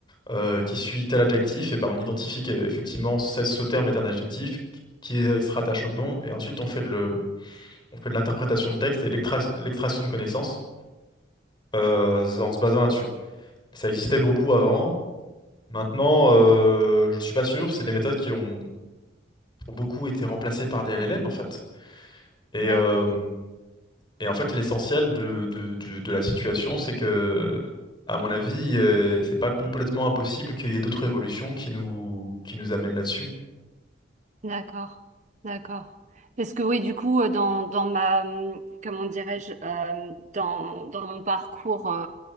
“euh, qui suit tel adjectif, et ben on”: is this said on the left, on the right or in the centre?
Left